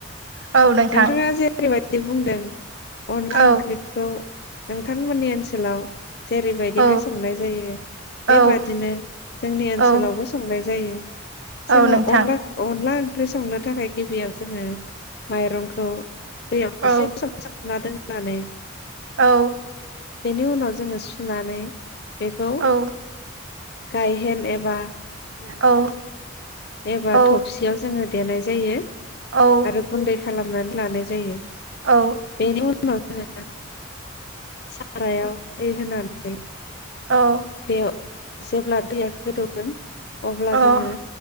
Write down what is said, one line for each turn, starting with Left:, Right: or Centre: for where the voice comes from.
Right: औ नोंथां
Left: नोंथाङा जेरै बाय दि बुंदों अनला
Right: औ
Left: ओंख्रिखौ नोंथांमोननि ओनसोलाव जेरैबायदिहाय
Right: औ
Left: संनाय जायो
Right: औ
Left: बेबादिनो जोंनि ओनसोलावबो
Right: औ
Left: संनाय जायो। <unintelligible>
Right: औ
Left: जोङो
Right: नोंथां
Left: अनला अनला ओंख्रि संनो थाखाय गिबियाव जोङो माइरंखौ दैयाव
Right: औ
Left: एसे सं संना दोन नानै
Right: औ
Left: बेनो उनाव जोङो सुनानै बेखौ
Right: औ
Left: गायहेन एबा दिंखि
Right: औ
Left: एबा
Right: औ
Left: थबसियाव जोङो देनाय जायो
Right: औ
Left: आरो गुन्दै खालामनानै लानाय जायो
Right: औ
Left: बेनि उनाव जोङो सारायाव दै होनानै
Right: औ
Left: बेयाव जेब्ला दैया गोदौगोन अब्ला जोङो
Right: अ